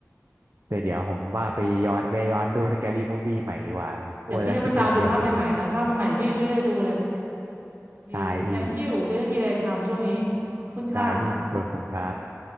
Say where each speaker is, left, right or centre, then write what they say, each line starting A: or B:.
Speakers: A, on the right (about 65°); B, on the right (about 45°).
A: แต่เดี๋ยวผมว่าไปย้อนไปย้อนดูสแกรี่มูฟวี่ใหม่ดีกว่าพูดแล้วคิดถึงเรื่องนี้เลย
B: ก็ดีแต่พี่ต้องไปตามดูภาคใหม่ๆแล้วภาคใหม่ๆพี่ไม่เลือกดูเลย ดีเลย
A: ได้พี่
B: thank you จะได้มีอะไรทำช่วงนี้ ขอบคุณค่ะ
A: ได้พี่ขอบคุณครับ